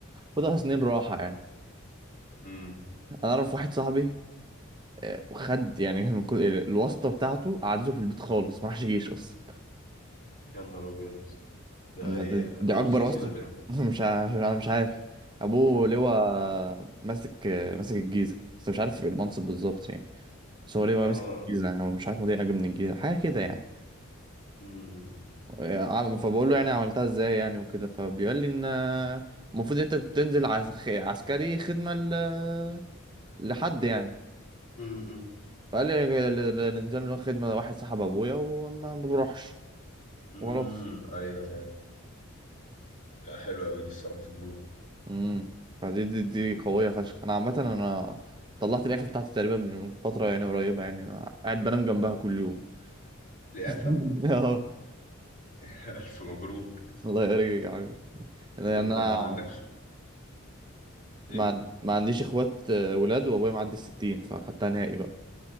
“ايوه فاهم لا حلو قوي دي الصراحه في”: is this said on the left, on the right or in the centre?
Left